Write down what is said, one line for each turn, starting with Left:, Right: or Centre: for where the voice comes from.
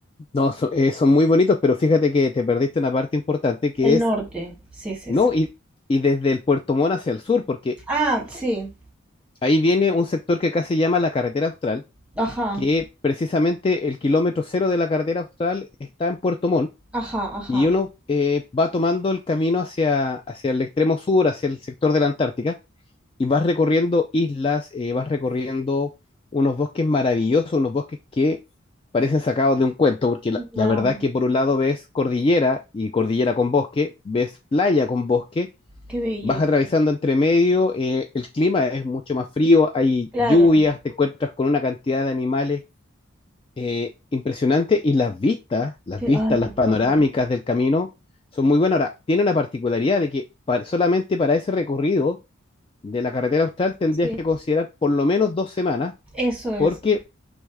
Left: No, so- eh, son muy bonitos, pero fíjate que te perdiste una parte importante que
Centre: El
Left: es,
Centre: norte, sí, sí,
Left: no,
Centre: sí.
Left: y, y desde el Puerto Montt hacia el sur, porque
Centre: Ah, sí,
Left: ahí viene un sector que acá se llama la Carretera Austral,
Centre: ajá,
Left: que precisamente el kilómetro cero de la Carretera Austral está en Puerto Montt.
Centre: ajá, ajá.
Left: y uno eh, va tomando el camino hacia, hacia el extremo sur, hacia el sector de la Antártica, y vas recorriendo islas, eh, vas recorriendo unos bosques maravillosos, unos bosques que parecen sacados de un cuento, porque la, la
Centre: Ya,
Left: verdad que por un lado ves cordillera y cordillera con bosque, ves playa con bosque,
Centre: qué belleza.
Left: vas atravesando entre medio, eh, el clima es mucho más frío, hay
Centre: Claro,
Left: lluvias, te encuentras con una cantidad de animales eh, impresionante y las vistas, las
Centre: que,
Left: vistas,
Centre: ay, por
Left: las panorámicas
Centre: favor.
Left: del camino son muy buenas. Ahora, tiene una particularidad de que para- solamente para ese recorrido de la carretera austral tendrías
Centre: Sí,
Left: que considerar por lo menos dos semanas
Centre: eso es,
Left: porque